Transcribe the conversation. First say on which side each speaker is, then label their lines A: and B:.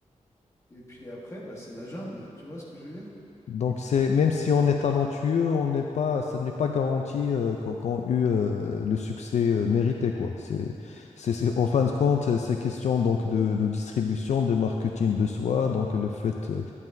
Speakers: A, on the left; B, on the left.
A: Et puis après, bah, c'est la jungle, tu vois ce que je veux dire?
B: Donc c'est même si on est talentueux, on n'est pas, ce n'est pas garanti euh, qu'on qu'on eut euh, le succès euh, mérité quoi. C'est, c'est, c'est- en fin de compte, c'est c'est question donc de, de distribution, de marketing de soi. Donc le fait, euh,